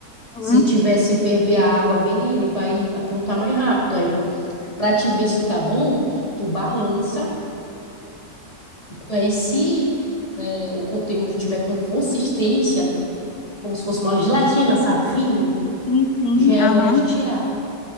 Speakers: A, on the left; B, on the left.
A: Uhum.
B: Se tiver se ferver a água bem, ele vai aprontar mais rápido. Aí, para te ver se tá bom, tu balança Aí, se é, o conteúdo tiver com consistência, como se fosse uma gelatina, sabe, firme,
A: Sim, sim.
B: já é
A: Aham.
B: hora de tirar.